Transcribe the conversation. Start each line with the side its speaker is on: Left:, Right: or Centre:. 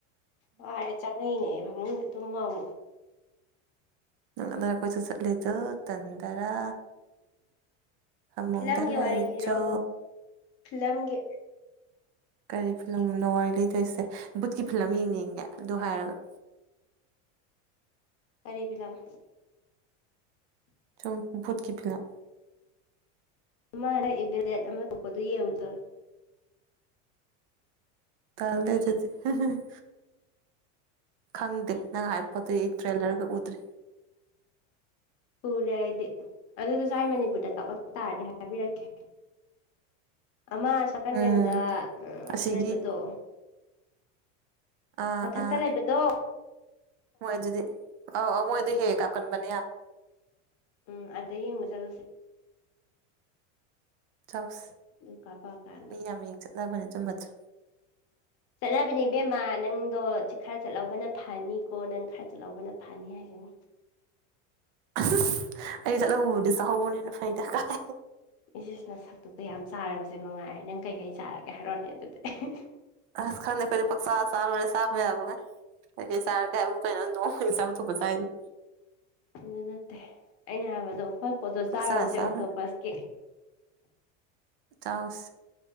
Left: ꯋꯥꯔꯦ ꯆꯪꯉꯛꯏꯅꯦ ꯐꯃꯨꯡꯗ ꯇꯨꯝꯕ ꯑꯃꯨꯛ
Right: ꯅꯪ <unintelligible> ꯀꯣꯏꯆꯠ ꯆꯠꯂꯤꯗꯨ ꯇꯟꯗꯔꯥ ꯑꯃꯨꯡꯗ
Left: ꯐꯤꯂꯝꯒꯤ
Right: ꯂꯩꯔꯨꯆꯣ
Left: ꯋꯥꯔꯤ ꯂꯤꯔꯣ ꯐꯤꯂꯝꯒꯤ
Right: ꯀꯔꯤ ꯐꯤꯂꯝꯅꯣ ꯋꯥꯔꯤ ꯂꯩꯗꯣꯏꯁꯦ ꯕꯨꯠꯀꯤ ꯐꯤꯂꯝ ꯌꯦꯡꯅꯤꯡꯒꯦ ꯑꯗꯨ ꯍꯥꯏꯔꯒ
Left: ꯀꯔꯤ ꯐꯤꯂꯝ
Right: ꯁꯨꯝ ꯚꯨꯠ ꯀꯤ ꯐꯤꯂꯝ
Left: ꯑꯃꯥ ꯏꯕꯤꯜ ꯗꯦꯠ ꯑꯃ ꯊꯣꯛꯄꯗꯨ ꯌꯦꯡꯉꯨ ꯆꯠꯂꯨ
Right: ꯇꯟꯂꯦ ꯑꯗꯨꯗꯤ <unintelligible> ꯈꯪꯗꯦ ꯅꯪ ꯍꯥꯏ ꯄꯣꯠꯇꯣ ꯇ꯭ꯔꯦꯂꯔꯒ ꯎꯗ꯭ꯔꯤ
Left: ꯎꯔꯦ ꯑꯩꯗꯤ ꯑꯗꯨꯗꯨ ꯁ꯭ꯋꯥꯏ ꯃꯅꯤꯄꯨꯔꯗ ꯀꯥꯞꯄꯛ ꯇꯥꯔꯗꯤ ꯍꯥꯏꯕꯤꯔꯛꯀꯦ ꯑꯃ ꯁꯣꯝꯀꯥꯟ
Right: ꯎꯝ
Left: ꯀꯩꯅꯣꯗ
Right: ꯑꯁꯤꯒꯤ
Left: ꯂꯩꯕꯗꯣ
Right: ꯑꯥ
Left: ꯃꯊꯛꯇ
Right: ꯑꯥ
Left: ꯂꯩꯕꯗꯣ
Right: ꯃꯣꯏ ꯑꯗꯨꯗꯤ ꯃꯣꯏ ꯑꯗꯨꯗꯤ ꯍꯦꯛ ꯍꯦꯛ ꯀꯥꯞꯀꯟꯕꯅꯦ ꯌꯥꯝ
Left: ꯎꯝ ꯑꯗ ꯌꯦꯡꯕ ꯆꯠꯂꯨꯁꯦ
Right: ꯆꯧꯁꯦ
Left: ꯑꯗꯨ ꯀꯥꯞꯄꯛꯑꯀꯥꯟꯗ
Right: ꯃꯤ ꯌꯥꯝ ꯌꯦꯡ ꯆꯠꯅꯕꯅꯦ ꯆꯨꯝꯕꯁꯨ
Left: ꯆꯠꯅꯕꯅꯦ ꯏꯕꯦꯝꯃ ꯅꯪꯗꯣ ꯈꯔ ꯆꯠꯍꯧꯕꯅ ꯐꯅꯤꯀꯣ ꯅꯪ ꯈꯔ ꯆꯠꯍꯧꯕꯅ ꯐꯅꯤ ꯍꯥꯏꯁꯤꯅꯤ
Right: <unintelligible> ꯑꯩ ꯆꯠꯍꯧꯕꯕꯨꯗꯤ ꯆꯥꯍꯧꯕꯅꯦꯅ ꯐꯩꯗ ꯀꯥꯏ
Left: ꯏꯆꯁꯤꯅ ꯅꯁꯛꯇꯨꯒ ꯌꯥꯝ ꯆꯥꯔꯕꯁꯦ ꯃꯉꯥꯏꯔꯦ ꯅꯪ ꯀꯩꯀꯩ ꯆꯥꯔꯒꯦ ꯍꯥꯏꯔꯛꯅꯦ ꯑꯗꯨꯗꯤ <unintelligible>
Right: ꯑ ꯈꯪꯗ ꯈꯣꯏꯗꯤ ꯄꯡꯆꯥ ꯆꯥꯔꯒꯂꯣꯏꯔꯦ ꯆꯥꯕ ꯌꯥꯕꯒꯩ ꯀꯩꯀꯩ ꯆꯥꯔꯒꯦ ꯍꯥꯏꯕꯨ ꯀꯩꯅꯣ ꯅꯣꯡꯃꯒꯤ ꯆꯥꯕꯝ ꯊꯣꯛꯄ ꯆꯥꯏꯗꯨꯅꯤ
Left: ꯑꯗꯨ ꯅꯠꯇꯦ ꯑꯩꯅ ꯍꯥꯏꯕꯗꯣ ꯍꯣꯏ ꯄꯣꯠꯇꯣ
Right: ꯄꯨꯡꯆꯥ
Left: ꯆꯥꯔꯨꯔꯁꯦ
Right: <unintelligible>
Left: ꯑꯣꯛꯇꯣꯄꯁꯀꯤ
Right: ꯆꯥꯎꯁꯦ